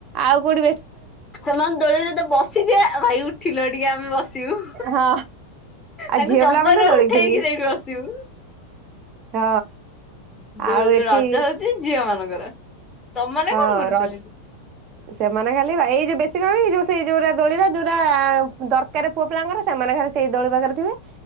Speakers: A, on the right; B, on the left.
A: ଆଉ କୋଉଟି
B: ସେମାନେ ଦୋଳିରେ ତ ବସି ଥିବେ ଭାଇ ଉଠିଲ ଟିକେ ଆମେ ବସିବୁ।
A: ହଁ ଆଉ
B: ତାଙ୍କୁ
A: ଝିଅ
B: ଜବର
A: ପିଲା ମାନେ ଦୋଳି
B: ଉଠେଇକି
A: ଖେଳିବେ
B: ସେଇଠି ବସିବୁ।
A: ହଁ।
B: ଦୋ
A: ଆଉ ଏଠି
B: ରଜ ହଉଛି ଝିଅ ମାନଙ୍କର। ତମ ମାନେ
A: ହଁ
B: କଣ କରୁଛ
A: ର
B: ସେଠି?
A: ସେମାନେ ଖାଲି ଏଇ ଯୋଉ ବେଶୀ କଣ ଯୋଉ ସେଇ ଯୋଉରା ଦୋଳିିରେ ଯୋଉରା ଦରକାର ପୁଅ ପିଲାଙ୍କର ସେମାନେ ଖାଲି ସେଇ ଦୋଳି ପାଖରେ ଥିବେ